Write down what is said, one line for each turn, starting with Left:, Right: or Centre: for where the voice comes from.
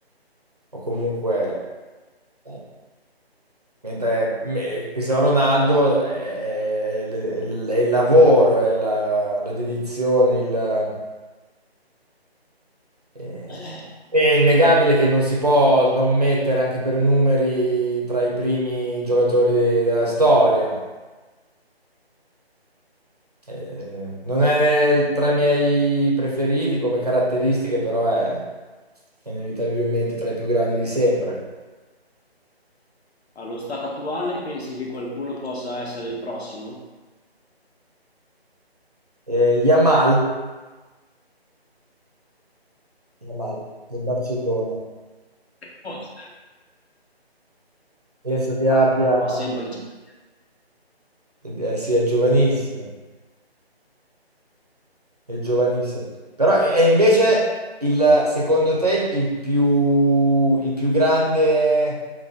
Right: o comunque eh, Mentre me- Cristiano Ronaldo è, è- è il è il lavoro, è la, la dedizione, il... Eh,
Left: <clears throat> Eh,
Right: È innegabile che non si può non mettere anche per numeri tra i primi giocatori de- della storia. Eh, non è il- tra i miei preferiti come caratteristiche, però è, è inevitabilmente tra i più grandi di sempre.
Left: Allo stato attuale pensi che qualcuno possa essere il prossimo?
Right: Eh, Yamal, Yamal del Barcellona.
Left: Forse.
Right: Penso che abbia,
Left: Ha sempre 17 anni.
Right: eh, sì, è giovanissimo, è giovanissimo. Però è è invece il, secondo te, il il più, il più grande